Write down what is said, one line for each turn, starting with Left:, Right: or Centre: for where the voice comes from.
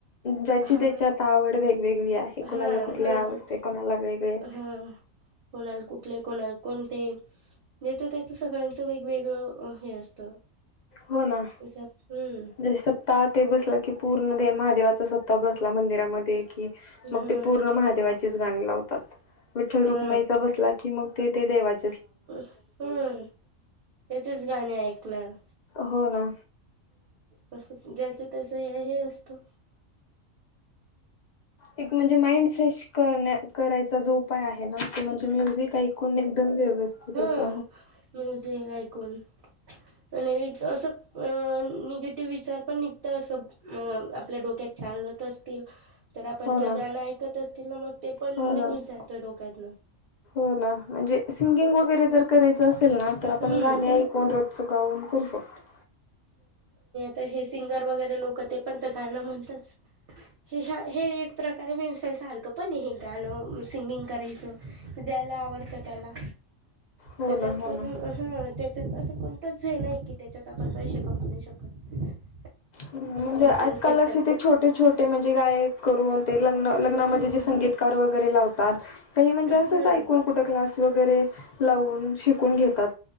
Left: ज्याची
Right: हा
Left: त्याची आता आवड वेगवेगळी आहे कोणाला
Right: हा
Left: कुठली
Right: जयचत
Left: आवडते कोणाला वेगळे
Right: हा कोणाला कोणाला कोणती जेच तेच सगळ्यांचं वेगवेगळं हे असतं
Left: हो ना
Right: हम्म
Left: जर सप्ताह ते बसलं की पूर्ण ते महादेवाच सप्ताह बसला मंदिरामध्ये की मग
Right: हा
Left: ते पूर्ण महादेवाचे तीच गाणी लावतात. विठ्ठल
Right: हा
Left: रुक्माईचा बसला की मग ते ते देवात
Right: हम्म त्याचेच गाणे ऐकणार.
Left: हो ना.
Right: तंसच ज्याच त्याच हे असतो.
Left: एक म्हणजे माइंड फ्रेश करन्या करायच. तो जो उपाय आहे ना तो म्हणजे म्युझिक. ऐकून एकदम व्यवस्थित
Right: ह
Left: होत
Right: म्युझिक ऐकून आणि एक असंच अ निगेटिव्ह विचार पण निघत असं मग आपल्या डोक्यात चालत असतील तर आपण
Left: हो
Right: जे
Left: ना
Right: गाणं ऐकत असतील ना मग ते पण
Left: हो
Right: निघून जात डोक्यातन.
Left: होना म्हणजे सिंगिंग वगैरे जर करायचं असेल ना तर
Right: हम्म.
Left: आपण गाणी ऐकून रोज चा गाऊन करू शकतो.
Right: तर हे सिंगर वगैरे लोक ते पण ते गणं म्हणत असता हे ह्या हे एक प्रकारे व्यवसाय सारखं पण हे गाणं सिंगिंग करायचं जर. मला आवडतं त्याला
Left: हो
Right: त्याच्यात
Left: ना हो
Right: पण
Left: ना.
Right: हं त्याच्यात असं कोणतच हे नाही कि त्याच्यात आपण पैसे कमवू शकतो. <unintelligible>
Left: हं म्हणजे
Right: भजन
Left: आजकाल
Right: कीर्तन
Left: अस ते छोटे छोटे म्हणजे गायक करून ते लग्न लग्नामध्ये
Right: हम्म
Left: जे संगीतकार वगैरे लावतात. काही म्हणजे
Right: हम्म
Left: असंच ऐकून कुठल क्लास वगैरे, लावून शिकून घेतात.